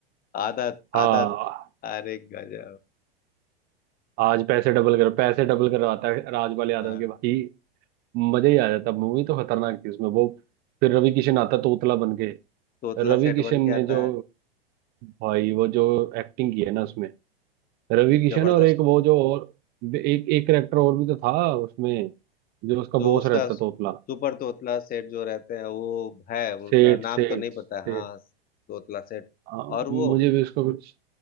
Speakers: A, on the left; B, on the right.
A: आदत
B: हाँ
A: आदत अरे गजब
B: आज पैसे डबल कर पैसे डबल करवाता है राजपाल यादव
A: हाँ
B: के भाई मजा ही आ जाता मूवी तो खतरनाक थी उसमें वो फिर रवि किशन आता तोतला बन के
A: तोतला
B: रवि
A: सेठ
B: किशन
A: बन के
B: ने
A: आता
B: जो
A: है
B: भाई वो जो एक्टिंग की है ना उसमें रवि किशन
A: जबरदस्त
B: और एक वो जो और एक एक करेक्टर और भी तो था उसमें जो उसका
A: जो
B: बॉस
A: उसका
B: रहता
A: सुपर
B: तोतला
A: तोतला सेठ जो रहते हैं वो है उनका
B: सेठ
A: नाम
B: सेठ
A: तो नहीं
B: सेठ
A: पता है। हाँ तोतला सेठ
B: आ,
A: और
B: मुझे
A: वो
B: भी उसका कुछ